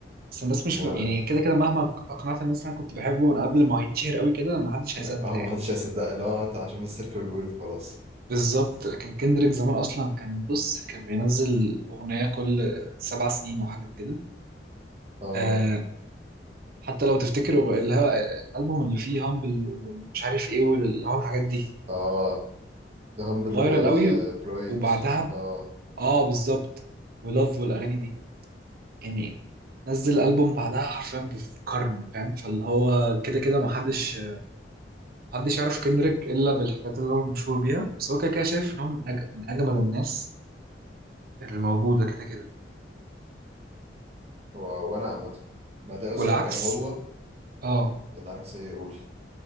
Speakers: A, on the right; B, on the right.
A: بس الناس مش
B: وانا
A: يعني كده كده مهما اقنعت الناس إن انا كنت بحبه من قبل ما هيتشهر قوي كده ما حدش
B: ما
A: هيصدق
B: ما
A: يعني
B: حدش هيصدق اللي هو انت عشان بس تركب الويف وخلاص
A: بالظبط لكن كندريك زمان اصلا كان بص كان بينزل اغنيه كل سبع سنين وحاجه كده
B: اه
A: آه حتى لو تفتكروا اللي هو الالبوم اللي فيه هامبل ومش عارف ايه واللي هو الحاجات دي
B: اه ده هامبل
A: فايرال
B: وبرايد
A: قوي وبعدها ب-
B: اه
A: اه بالظبط ولاف والاغاني دي يعني نزل ألبوم بعدها حرفيا بقرن فاهم فاللي هو كده كده محدش
B: <laughs>
A: محدش يعرف كندريك إلا بالحاجات اللي هو مشهور بيها بس هو كده كده شايف إن هو من, أج... من أجمد الناس الموجودة كده كده
B: هو وانا عامة بعدين اصلا
A: والعكس
B: كان هو
A: اه
B: العكس ايه يقول